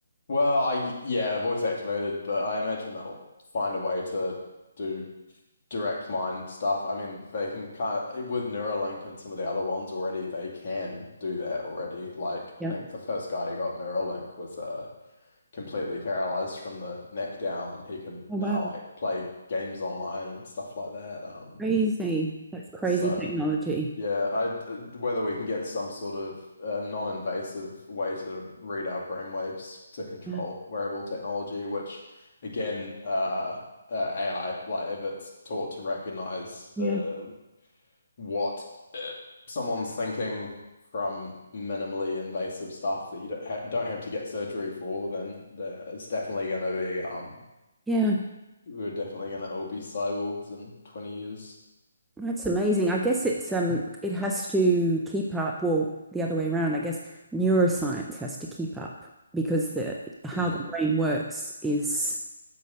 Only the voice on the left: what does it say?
Well, I yeah, voice activated, but I imagine they'll find a way to do direct mind stuff. I mean, they can kind of with Neuralink and some of the other ones already, they can do that already. Like,
I think the first guy who got Neuralink was uh completely paralyzed from the neck down, and he can
now
like play games online and stuff like that. Um,
so
yeah, I uh, whether we can get some sort of uh, non-invasive way to read our brainwaves to control
wearable technology, which again, uh, uh, AI, like if it's taught to recognize
uh, what someone's thinking from minimally invasive stuff that you don't ha don't have to get surgery for, then there, it's definitely going to be um,
we're definitely going to all be cyborgs in 20 years.
Mm.